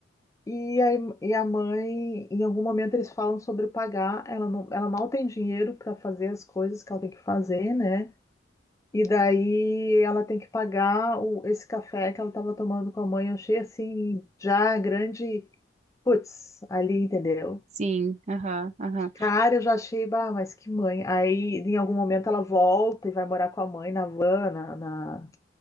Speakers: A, on the left; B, on the right.
A: e a, e a mãe, em algum momento eles falam sobre pagar, ela não, ela mal tem dinheiro para fazer as coisas que ela tem que fazer, né? E daí ela tem que pagar o, esse café que ela estava tomando com a mãe. Eu achei assim já grande, putz, ali, entendeu?
B: Sim, aham, aham.
A: Cara, eu já achei, bah, mas que mãe. Aí, em algum momento, ela volta e vai morar com a mãe na van, na, na,